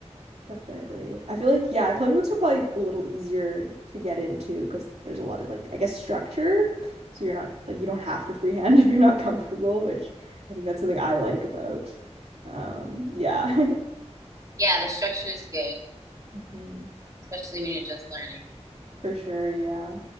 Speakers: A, on the right; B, on the right.
A: Definitely. I feel like, yeah, coloring books are probably a little easier to get into because there's a lot of like, I guess, structure. So you're not like you don't have to freehand <laughs> if you're not comfortable, which I think that's something I like about. Um, yeah. <laughs>
B: yeah, the structure is good,
A: Mhm.
B: especially when you're just learning.
A: For sure, yeah.